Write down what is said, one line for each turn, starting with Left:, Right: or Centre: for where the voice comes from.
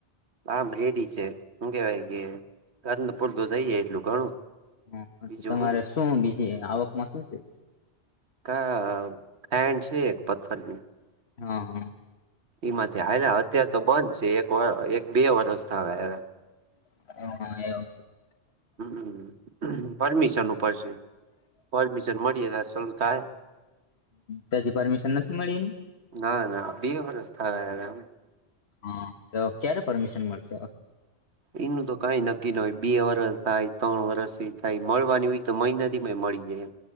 Right: આમ રેડી છે શું કેવાય કે ગંધ પૂરતું થઈ જાય એટલું ઘણું
Left: હ
Right: બીજું
Left: તો તમારે
Right: હું
Left: શું બીજી આવકમાં શું છે.
Right: તા ટાઈમ છે, એક પથ્થરની.
Left: હા હા.
Right: ઈમાંથી હાલ્યા અત્યાર તો બંધ છે એક વર એક-બે વરષ થવા આયવા.
Left: <unintelligible>
Right: હમ્મ પરમિશન ઉપર છે. પડમિશન મળી ચલુ થાય.
Left: તથી પરમિશન નથી મળી.
Right: ના, ના બે વરસ થવા આયવા એમ.
Left: હા તો ક્યારે પરમિશન મળશે.
Right: એનું તો કઈ નક્કી ન હો બે વરષ થાય ત્રણ વરષ થાય મળવાની હોય તો મહિના થી મળી જાય એમ